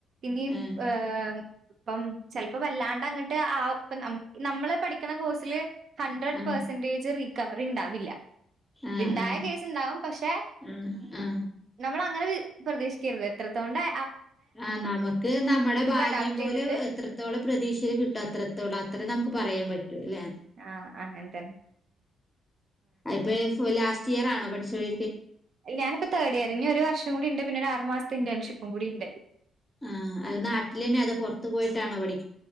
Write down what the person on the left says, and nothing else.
ആഹ്
ആഹ്
ആഹ്
ആഹ്
ആഹ് ആഹ്
ആ നമുക്ക് നമ്മുടെ ഭാഗ്യം
പോലെ
എത്രത്തോളം പ്രതീക്ഷയില് കിട്ടും അത്രത്തോളം അത്ര നം പറയാൻ പറ്റൂ ല്ലെ
അയ്പ്പൊ ലാസ്റ്റ് ഇയർ ആണോ പഠിച്ചോയ്
ആ അത് നാട്ടിൽ അന്നെ അതോ പൊർത്തു പോയിട്ടാണോ പഠി